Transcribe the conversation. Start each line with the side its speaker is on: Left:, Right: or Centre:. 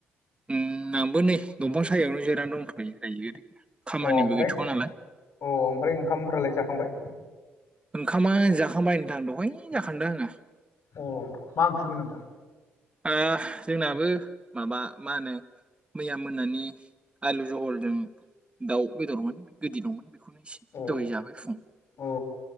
Right: उम आंबो नै दंफां सायावनो जिरनानै दंथ'यो जायो ओरैनो। खामानिबो
Left: अ ओमफ्राय
Right: गैथ'वा
Left: अ
Right: नालाय
Left: ओमफ्राय ओंखामफ्रालाय जाखांबाय।
Right: ओंखामा जाखांबायनो नोंथां दहय जाखांदों आङो।
Left: अ मा ओंख्रिमोन नोंथां?
Right: ओ जोंनाबो माबा मा होनो। मैया मोनानि आलु जहलजों दाउ बेदरमोन गोदि दंमोन बेखौनो एसे।
Left: अ
Right: दय जाबाय फुंआव।
Left: अ